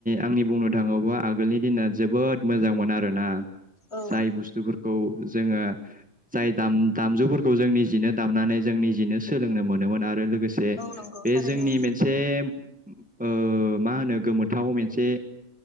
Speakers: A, in the centre; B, on the left.
A: आंनि बुंनो थाङोबा आगोलनि दिना जोबोद मोजांमोन आरोना।
B: औ
A: जाय बुस्थुफोरखौ जोङो जाय दाम दामजुफोरखौ जों निजिनो दामनानै जों निजिनो सोलोंनो मोनोमोन आरो लो लोगोसे
B: नंगौ
A: बे
B: थारैनो
A: जोंनि मोनसे ओ मा होनो गोमोथाव मोन मोनसे